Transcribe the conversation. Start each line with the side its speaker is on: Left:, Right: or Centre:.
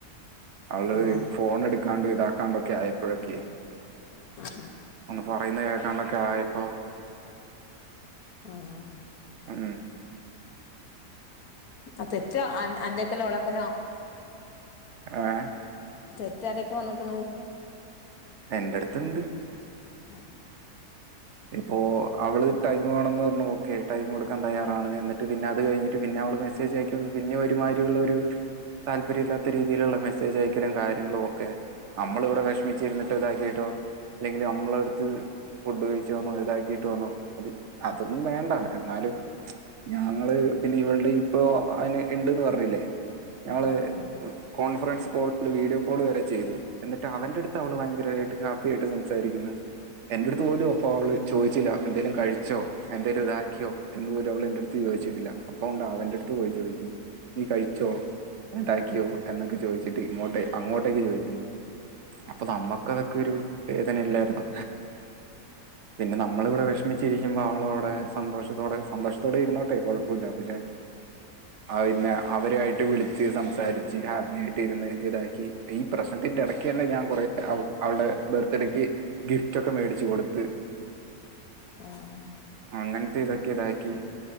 Right: അവൾടത്
Left: ആഹ്
Right: ഫോണെടുക്കാണ്ടു ഇതാക്കാണ്ടൊക്കെ ആയപ്പൊഴെക്കെ
Left: <unintelligible>
Right: ഒന്ന് പറയുന്ന കേക്കാണ്ടൊക്കെ ആയപ്പോ
Left: ആഹ്
Right: ഉം
Left: ആഹ് തെറ്റ് അന്റെക്കലൊ ഓളെക്കലോ
Right: ഏഹ്
Left: തെറ്റാരെക്കെ വന്നക്കണ്
Right: എന്റെ എട്ത്തിണ്ട്
Left: ഉം
Right: ഇപ്പോ അവള് ടൈ വേണന്ന് പറഞ്ഞു ഓക്കെ ടൈം കൊടുക്കാൻ തയ്യാറാണ് എന്നിട്ട് പിന്നെ അത് കഴിഞ്ഞിട്ട് പിന്നെ അവള് മെസ്സേജ് അയക്ക് പിന്നെ ഒരുമാരിരുള്ള ഒരു താല്പര്യം ഇല്ലാത്ത രീതിയിലുള്ള മെസ്സേജ് അയക്കലും കാര്യങ്ങളും ഒക്കെ നമ്മളിവിടെ വിഷമിച്ച് ഇരുന്നിട്ട് ഇതാക്കീട്ടോ അല്ലെങ്കില് നമ്മള അടുത്ത് ഫുഡ് കഴി ച്ചോന്നോ ഇതാക്കിട്ടോന്നോ അത് അതൊന്നും വേണ്ട എന്നാലും ഞങ്ങള് പിന്നെ ഇവൾടെ ഇപ്പൊ അയിന് ഇണ്ട്ന്ന് പറഞ്ഞില്ലേ ഞങ്ങള്
Left: ആഹ്
Right: കോൺഫറൻസ് കോള് വീഡിയോ കോള് വരെ ചെയ്തു എന്നിട്ട് അവന്റടുത്ത് അവള് ഭയങ്കര ട്ട് ഹാപ്പിയാട്ട് സംസാരിക്കുന്ന എന്റടുത്ത് പോലും ഓള് ചോയിച്ചില്ല എന്തേലും കഴിച്ചോ എന്തേലും ഇതാക്കിയോ എന്ന്പോലും അവള് എന്റടുത്ത് ചോയിച്ചിട്ടില്ല അപ്പോണ്ട് അവന്റെ അടുത്ത് പോയി ചോയിക്കുന്നു നീ കഴിച്ചോ ഇതാക്കിയോ എന്നൊക്കെ ചോയിച്ചിട്ട് ഇങ്ങോട്ടേ അങ്ങോട്ടേക്ക് ചോയ്ക്ക്ന്ന് അപ്പൊ നമ്മക്കതൊക്കെ ഒരു വേദന അല്ലായിന്നോ പിന്നെ നമ്മളിവിടെ
Left: ആഹ്
Right: വെഷമിച്ചിരിക്കുമ്പോ അവളോടെ സന്തോഷത്തോടെ സന്തോഷത്തോടെ ഇരുന്നോട്ടെ കുഴപ്പല്ല പഷെ പിന്നെ അവരു ആയിട്ട് വിളിച്ച് സംസാരിച്ച് ഹാപ്പി ആയിട്ട് ഇര്ന്ന് ഇതാക്കി ഈ പ്രശ്നത്തിന്റെ എട ക്കെ ന്നെ ഞാൻ കുറെ അവ അവള്ടെ ബർത്ത്ഡേക്ക് ഗിഫ്റ്റ് ഒക്കെ മേടിച്ചു കൊടുത്ത്
Left: ആഹ്
Right: അങ്ങൻത്തെ ഇതൊക്കെ താക്കി